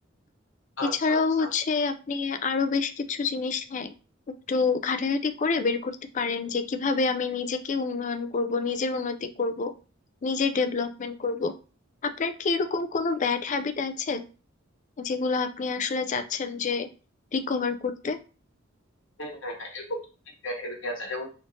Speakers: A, on the left; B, on the left.
A: আচ্ছা
B: এছাড়াও
A: আচ্ছা
B: হচ্ছে আপনি আরো বেশ কিছু জিনিস হ্যাঁ একটু ঘাটাঘাটি করে বের করতে পারেন যে কিভাবে আমি নিজেকে উন্নয়ন করব নিজের উন্নতি করব নিজের ডেভেলপমেন্ট করব আপনার কি এরকম কোনো ব্যাড হ্যাবিট আছে যেগুলো আপনি আসলে চাচ্ছেন যে রিকভার করতে
A: হ্যাঁ হ্যাঁ হ্যাঁ এরকম ক্রিয়েটিভিটি আছে যেমন